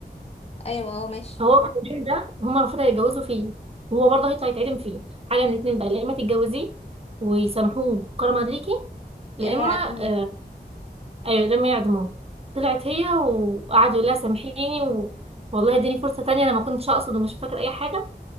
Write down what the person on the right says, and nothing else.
فهو في اليوم ده هما المفروض هيتجوزوا فيه وهو برضه هيطلع يتعدم فيه حاجة من الاتنين بقى يا إما تتجوزيه ويسامحوه كرما ليكي
لا
إما
ايوه لما يعدموه طلعت هي وقعدوا يقول لها سامحيني و... والله اديني فرصه تانية انا ما كنتش اقصد ومش فاكر اي حاجه